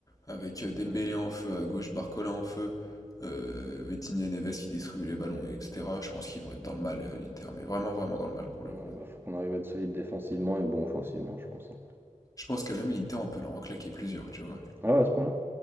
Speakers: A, on the left; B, on the right.
A: avec euh, Dembélé
B: Mm.
A: en feu, à gauche, Barcola en feu, euh, Vitinha et Neves qui distribuent les ballons, et etc. Je pense qu'ils vont être dans le mal, euh, l'Inter, mais vraiment, vraiment dans le mal pour le
B: Ouais,
A: coup.
B: bah, faut qu'on arrive à être solide défensivement et bon offensivement, je pense. hein.
A: Je pense que même l'Inter, on peut leur en claquer plusieurs, tu vois.
B: Ah ouais, à ce point-là?